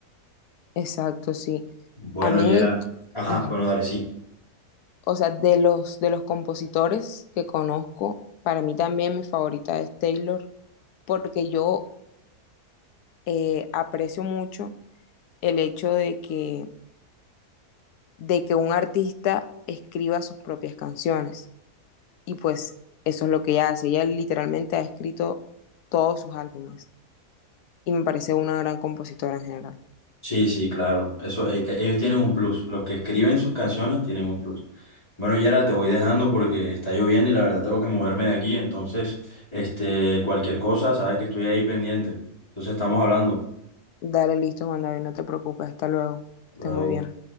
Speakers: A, on the left (about 80°); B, on the left (about 15°).
A: Exacto, sí.
B: Bueno,
A: A mí,
B: y era... Ajá,
A: uh -huh.
B: bueno, dale, sí.
A: o sea, de los, de los compositores que conozco, para mí también mi favorita es Taylor, porque yo eh, aprecio mucho el hecho de que, de que un artista escriba sus propias canciones. Y pues eso es lo que ella hace. Ella literalmente ha escrito todos sus álbumes y me parece una gran compositora en general.
B: Sí, sí, claro. Eso, e- e- ellos tienen un plus. Los que escriben sus canciones tienen un plus. Bueno, Yara, te voy dejando porque está lloviendo y la verdad tengo que moverme de aquí. Entonces, este, cualquier cosa, sabes que estoy ahí pendiente. Entonces estamos hablando.
A: Dale, listo, Juan David, no te preocupes, hasta luego. Estés
B: Luego.
A: muy bien.